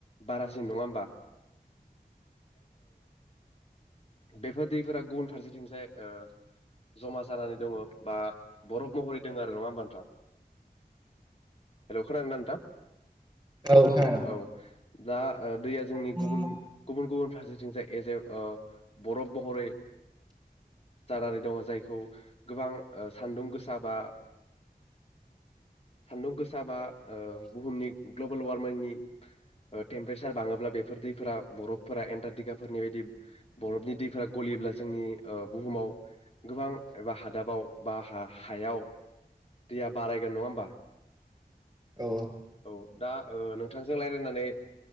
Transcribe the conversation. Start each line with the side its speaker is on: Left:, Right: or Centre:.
Left: बारा सिन नङा होमबा? बेफोर दैफोरा गुबुन फारसेथिंजाय ओ जमा जानानै दङ' बा बरफ महरै दङ' आरो नङा होमबा नोंथां? हेल' खोनादोंना नोंथां?
Right: औ खोनादों
Left: औ दा ओ दैया जोंनि
Right: औ
Left: गुबुन गुबुन गुबुन फारसेथिं जाय एज ए अ बरफ महरै जानानै दङ जायखौ गोबां सानदुं गोसा बा सान्दुं गोसा बा बुहुमनि ग्लबेल वारमिंनि टेम्पारेसार बाङोब्ला बेफोर दैफोरा बरफफोरा एन्टारटिकाफोरनि बायदि बरफनि दैफोरा गलियोब्ला जोंनि ओ बुहुमाव गोबां एबा हादाबाव बा हायाव दैया बारायगोन नङा होमबा।
Right: औ
Left: औ दा नोंथांजों रायजलायनानै